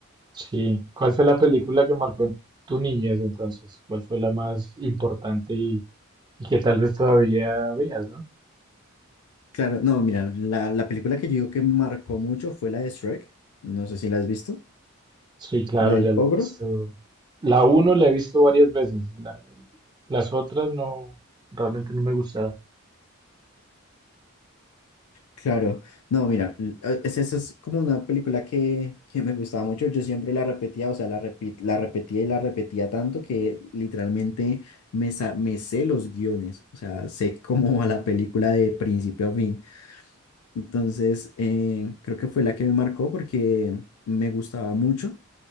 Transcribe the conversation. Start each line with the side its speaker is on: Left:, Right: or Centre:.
Right: Sí. ¿Cuál fue la película que marcó en tu niñez entonces? ¿Cuál fue la más importante y, y que tal vez todavía veas, no?
Left: Claro, no, mira, la, la película que yo digo que me marcó mucho fue la de Shrek. No sé si la has visto.
Right: Sí, claro,
Left: La del
Right: ya la
Left: ogro.
Right: he visto. La uno la he visto varias veces. la- las otras no, realmente no me gustaron.
Left: Claro, no, mira, l- eh, es- esa es como una película que, que me gustaba mucho. Yo siempre la repetía, o sea, la, repit- la repetía y la repetía tanto que literalmente me, sa- me sé los guiones. O sea, sé cómo va la película de principio a fin. Entonces, eh, creo que fue la que me marcó porque me gustaba mucho.